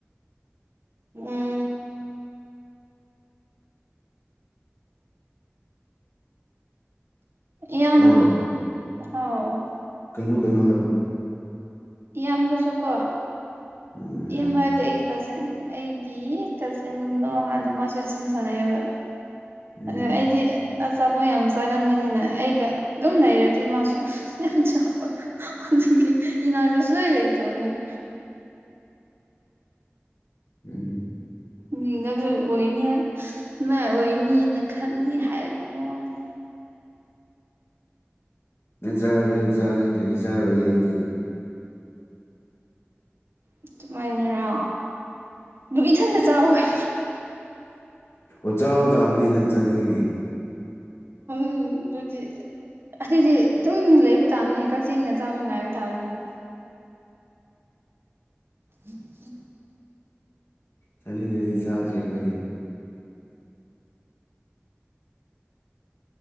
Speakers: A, on the right (about 60°); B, on the left (about 65°).
A: ꯎꯝ ꯌꯥꯝ
B: ꯇꯥꯕ꯭ꯔꯣ
A: ꯍꯥꯎ
B: ꯀꯩꯅꯣ ꯀꯩꯅꯣ ꯍꯥꯏꯔꯣ
A: ꯏꯌꯥꯝꯕꯁꯨ ꯀꯣ
B: ꯎꯝ
A: ꯏꯌꯥꯝꯕ ꯍꯥꯏꯕꯗꯤ ꯀꯖꯤꯟ ꯑꯩꯒꯤ ꯀꯖꯤꯟꯗꯣ ꯍꯥꯟꯅ ꯃꯥꯁꯨ ꯖꯤꯝ ꯁꯥꯟꯅꯩꯑꯕ
B: ꯎꯝ
A: ꯑꯗ ꯑꯩꯗꯤ ꯑꯆꯥꯄꯣꯠ ꯌꯥꯝ ꯆꯥꯒꯟꯕꯅꯤꯅ ꯑꯩꯒ ꯑꯗꯨꯝ ꯂꯩꯔꯗꯤ ꯃꯥꯁꯨ ꯌꯥꯝ ꯆꯕ <inaudible> ꯂꯣꯏ ꯂꯦ ꯇꯧꯝꯃꯦ
B: ꯎꯝ
A: ꯃꯤꯅꯕ ꯑꯣꯏꯅꯤ ꯃꯥꯏ ꯑꯣꯏꯅꯤꯅ ꯈꯟꯅꯤ ꯍꯥꯏꯕ ꯃꯃꯅꯤ
B: ꯅꯪ ꯆꯥꯔꯁꯨꯣꯏ ꯅꯪ ꯆꯥꯅꯤꯡꯗꯗꯤ ꯆꯥꯔꯨꯏ ꯑꯩꯗꯤ
A: ꯑꯗꯨꯨꯃꯥꯏꯅꯔ ꯑꯗꯨ ꯏꯊꯟꯇ ꯆꯥꯎꯥꯋꯏ
B: ꯎꯆꯥꯥ ꯗꯥꯝꯅꯤ ꯅꯪ ꯆꯠꯅꯤꯡꯉꯤꯗꯤ
A: ꯎꯝ ꯑꯗꯨꯗꯤ ꯑꯁꯤꯗꯤ ꯊꯨꯝ ꯂꯩꯕ ꯇꯥꯕꯅꯤꯅꯦ ꯀꯛꯆꯤꯡꯅ ꯆꯥꯕ ꯉꯥꯏꯕ ꯇꯥꯕꯅꯤꯅꯦ ꯏ ꯌꯦ
B: ꯆꯅꯤꯗꯗꯤ ꯆꯥꯗ꯭ꯔꯦ ꯑꯩꯈꯣꯏꯗꯤ